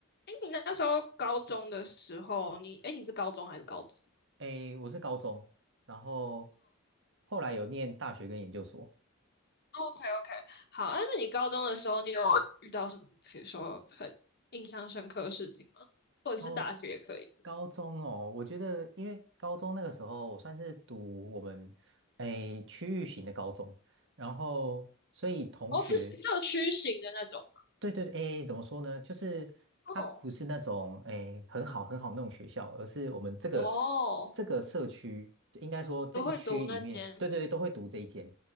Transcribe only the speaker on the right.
诶，我是高中，然后后来有念大学跟研究所。
高高中哦，我觉得因为高中那个时候我算是读我们诶区域型的高中，然后所以同学
对对对，诶，怎么说呢？就是它不是那种诶很好很好那种学校，
而是我们这个
这个社区，就应该说这一区里面，
对对对，都会读这一间，